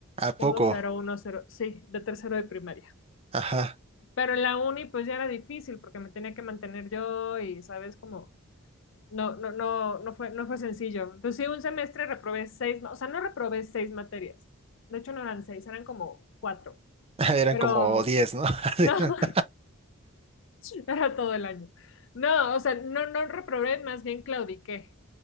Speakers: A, on the right; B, on the left.
A: ¿A
B: uno
A: poco?
B: uno cero uno cero, sí, de tercero de primaria.
A: Ajá.
B: Pero en la uni pues ya era difícil porque me tenía que mantener yo y sabes como no, no, no, no fue, no fue sencillo. Entonces sí, un semestre reprobé seis, ma- o sea, no reprobé seis materias. De hecho no eran seis, eran como cuatro.
A: <laughs> Eran
B: Pero
A: como diez ¿no?
B: <laughs> no,
A: <laughs>
B: <laughs> Era todo el año. No, o sea, no, no reprobé, más bien claudiqué.